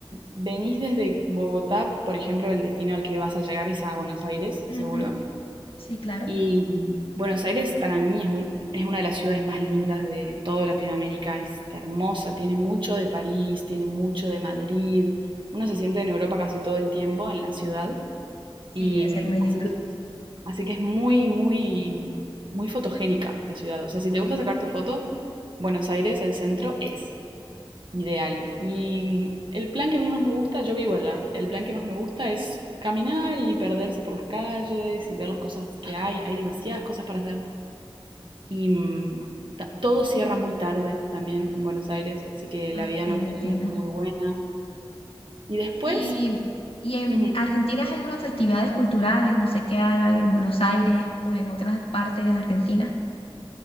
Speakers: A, on the right; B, on the left.
A: venís desde Bogotá, por ejemplo, el destino al que vas a llegar es a Buenos Aires,
B: Ujú.
A: seguro.
B: Sí, claro.
A: Y mm, Buenos Aires para mí es un- es una de las ciudades más lindas de toda Latinoamérica, es hermosa, tiene mucho de París, tiene mucho de Madrid, uno se siente en Europa casi todo el tiempo en la ciudad
B: Sí,
A: y
B: debe
A: mm,
B: ser muy
A: así
B: lindo.
A: que así que es muy, muy, muy fotogénica la ciudad, o sea, si te gusta sacarte fotos, Buenos Aires, el centro es ideal. Y mm, el plan que a mí más me gusta, yo vivo allá, el plan que más me gusta es caminar y perderse por las calles y ver las cosas que hay. Hay demasiadas cosas para hacer. Y mm, todo cierra muy tarde también en Buenos Aires, así que
B: Ah,
A: la vida
B: entiendo,
A: nocturna
B: entiendo.
A: está muy buena. Y después,
B: ¿Y, y en
A: ujú,
B: Argentina hay algunas festividades culturales? No sé qué hagan en Buenos Aires o en otras partes de Argentina.